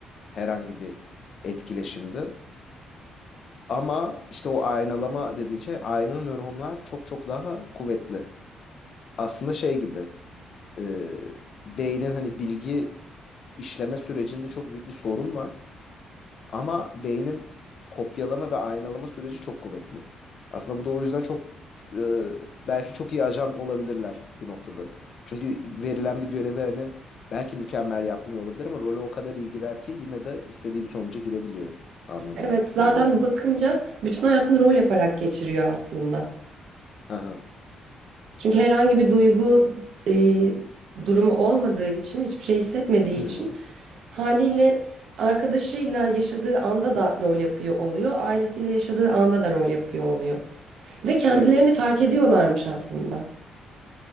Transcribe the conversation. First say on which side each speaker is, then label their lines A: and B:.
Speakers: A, on the left; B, on the right.
A: herhangi bir etkileşimde. Ama işte o aynalama dediğin şey ayna nöronlar çok çok daha kuvvetli. Aslında şey gibi e, beynin hani bilgi işleme sürecinde çok büyük bir sorun var. Ama beynin kopyalama ve aynalama süreci çok kuvvetli. Aslında bu da o yüzden çok e, belki çok iyi ajan olabilirler bir noktada. Çünkü verilen bir görevi hani belki mükemmel yapmıyor olabilir ama role o kadar iyi girer ki yine de istediği bir sonuca girebiliyor. Anladığım
B: Evet,
A: gibi
B: zaten
A: benim yani.
B: bakınca bütün hayatını rol yaparak geçiriyor aslında.
A: Hı
B: Çünkü herhangi bir duygu e, durumu olmadığı için, hiçbir şey hissetmediği
A: Hı
B: için
A: hı.
B: haliyle arkadaşıyla yaşadığı anda da rol yapıyor oluyor, ailesiyle yaşadığı anda da rol yapıyor oluyor. Ve kendilerini
A: Evet.
B: fark ediyorlarmış aslında.